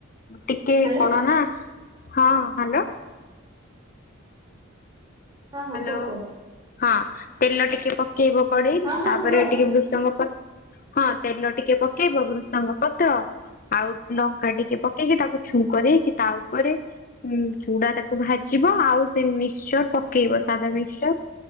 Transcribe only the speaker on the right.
ହ୍ୟାଲୋ
ହଁ ହଁ
କୁହ କୁହ
ହଁ ହଁ
କୁହ